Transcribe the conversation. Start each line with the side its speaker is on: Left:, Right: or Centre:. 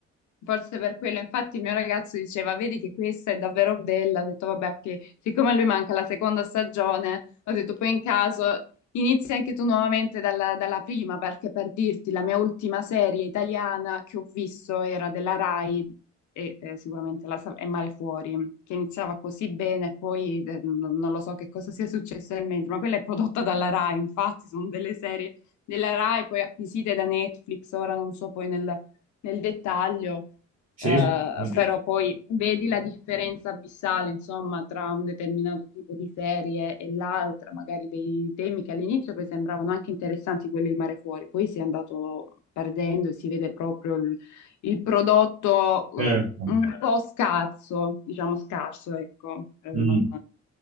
Left: Forse per quello, infatti, il mio ragazzo diceva: Vedi che questa è davvero bella. Ho detto: Vabbè, che siccome a lui manca la seconda stagione, ho detto: Poi in caso inizi anche tu nuovamente dalla, dalla prima, perché per dirti, la mia ultima serie italiana che ho visto era della Rai e eh, sicuramente la sa- è Mare Fuori, che iniziava così bene, poi eh, non non lo so che cosa sia successo nel mentre, ma quella è prodotta dalla Rai. Infatti, sono delle serie della Rai poi acquisite da Netflix. Ora non so poi nel nel dettaglio.
Right: Sì,
Left: Eh,
Right: sì, sì,
Left: Sì. però poi vedi la differenza abissale, insomma, tra un determinato tipo di serie e l'altra, magari dei temi che all'inizio poi sembravano anche interessanti, quelli di Mare Fuori, poi si è andato perdendo e si vede proprio il, il prodotto eh,
Right: certo.
Left: un po' scarso, diciamo scarso, ecco, eh,
Right: Mm.
Left: non...